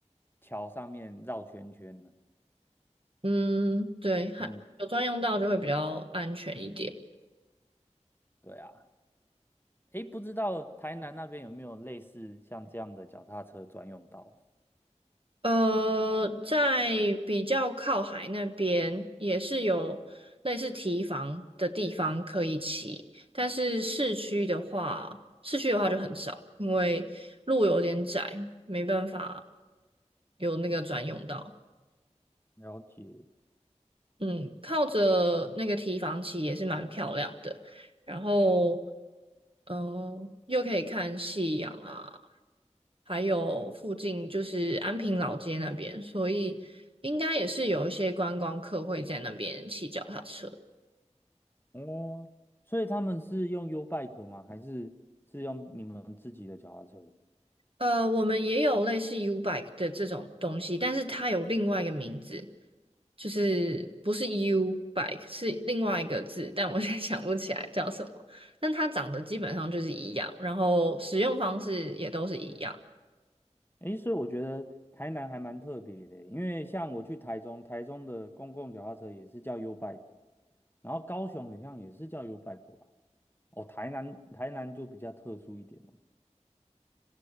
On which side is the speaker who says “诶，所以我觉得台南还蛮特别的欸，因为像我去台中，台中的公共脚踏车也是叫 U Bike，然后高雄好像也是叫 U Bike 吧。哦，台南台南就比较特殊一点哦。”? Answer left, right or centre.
Left